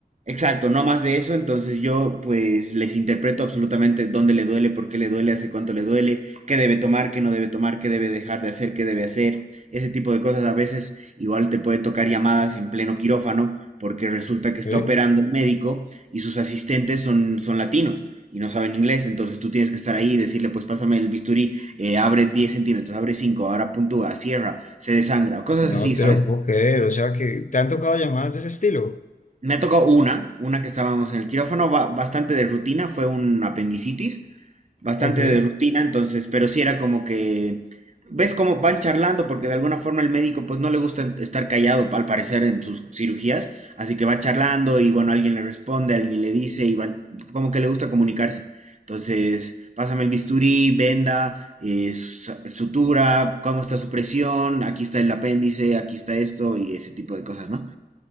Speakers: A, on the right; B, on the left.
A: Exacto, no más de eso, entonces yo pues les interpreto absolutamente dónde le duele, por qué le duele, hace cuánto le duele, qué debe tomar, qué no debe tomar, qué debe dejar de hacer, qué debe hacer, ese tipo de cosas. A veces igual te puede tocar llamadas en pleno quirófano porque resulta que está
B: Ok,
A: operando el médico y sus asistentes son, son latinos y no saben inglés, entonces tú tienes que estar ahí y decirle pues pásame el bisturí, eh, abre 10 centímetros, abre 5, ahora puntúa, cierra, se desangra, o cosas
B: No
A: así,
B: te
A: ¿sabes?
B: lo puedo creer. O sea que te han tocado llamadas de ese estilo.
A: Me ha tocado una, una que estábamos en el quirófano, ba- bastante de rutina, fue un apendicitis, bastante
B: Ok,
A: de rutina, entonces, pero sí era como que, ves cómo van charlando, porque de alguna forma el médico pues no le gusta en- estar callado, al parecer, en sus cirugías, así que va charlando y bueno, alguien le responde, alguien le dice y van, como que le gusta comunicarse. Entonces, pásame el bisturí, venda, eh, su- sutura, cómo está su presión, aquí está el apéndice, aquí está esto y ese tipo de cosas, ¿no?